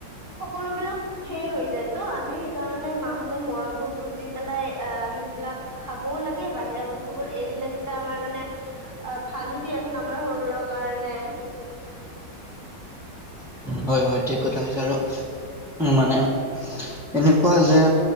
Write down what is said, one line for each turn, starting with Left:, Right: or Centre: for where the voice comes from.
Right: সকলো বিলাক সেই হৈ যায় ত' আমি কাৰণে মাহঁতৰ মৰমবোৰ বুজি পেলাই অ' সেইবিলাক খাবও লাগে বাহিৰা বচ বস্তুবোৰ এৰিলে তেতিয়া আমাৰ মানে অ' ভালো দিয়াচোন আমাৰ শৰীৰৰ কাৰণে।
Centre: হয় হয় ঠিক কথা কৈছা আৰু মানে এনেকুৱা যে